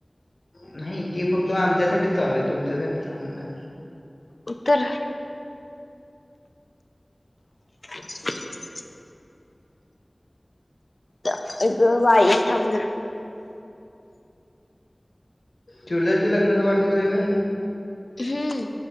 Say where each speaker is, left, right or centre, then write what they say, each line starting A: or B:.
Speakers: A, on the left; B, on the left.
A: नाही ते फक्त आमच्यासाठीच चालू आहे, तुमच्यासाठी चालू नाही.
B: उत्तर <inaudible> अई ग बाई थांब जरा.
A: चिडद्याच्या लग्नाचा वाढदिवस आहे वय?
B: हम्म.